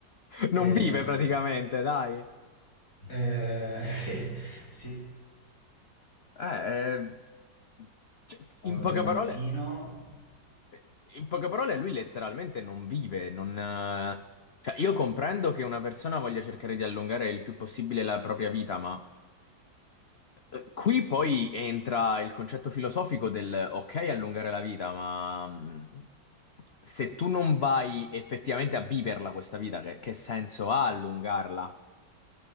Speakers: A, on the left; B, on the left.
A: Non
B: Eh,
A: vive praticamente, dai.
B: eh, <laughs> sì, sì,
A: Eh, eh, Cioè, in poche
B: del mattino
A: parole. Eh, In poche parole, lui letteralmente non vive, non... eh, Cioè, io comprendo che una persona voglia cercare di allungare il più possibile la propria vita, ma eh, qui poi entra il concetto filosofico del ok, allungare la vita, ma mh, se tu non vai effettivamente a viverla questa vita, che, che senso ha allungarla?